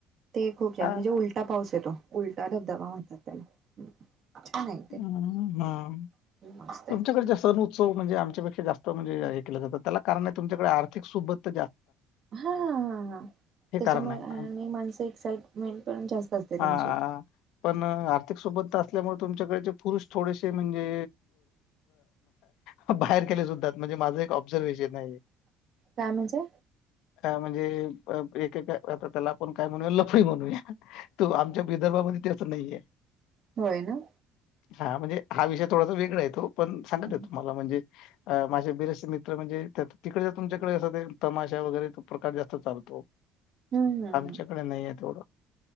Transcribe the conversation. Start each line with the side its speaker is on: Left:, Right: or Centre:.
Right: ते खूप छान
Left: हा
Right: म्हणजे उलटा पाऊस तो उलटा धबधबा म्हणतात त्याला. छान आहे ते.
Left: हम्म्म
Right: मस्त आहे
Left: तुमच्याकडच्या सण उत्सव जे आमच्यापेक्षा जास्त म्हणे केल जातं त्याला कारण आहे तुमच्याकडे आर्थिक सोबत
Right: हा, हाहाहा. त्याच्यामुळे
Left: कारण आहे
Right: आणि
Left: आम-
Right: माणसं एक्साइटमेंट पण जास्त असते त्यांची.
Left: हा पण आर्थिक सुबत्ता असल्यामुळे तुमच्याकडचे पुरुष थोडेसे म्हणजे अ बाहेर केले जातात. माझ एक ऑब्झर्वेजेन है.
Right: काय म्हणजे
Left: अ म्हणजे एक एक आता त्याला आपण काय म्हणूया लफडी म्हणू. तो आमच्या विदर्भामध्ये त्याच नाहीये.
Right: होय न.
Left: हा म्हणजे हा विषय थोडासा वेगळा आहे येतो. पण सांगत
Right: हम्म
Left: य तुम्हाला म्हणजे माझ्या बि. म्हणजे तिकडे तुमच्याकडे असं तमाशा वगैरे तो प्रकार जास्त चालतो.
Right: हम्म हम्म
Left: आमच्याकडे नाही येत तो.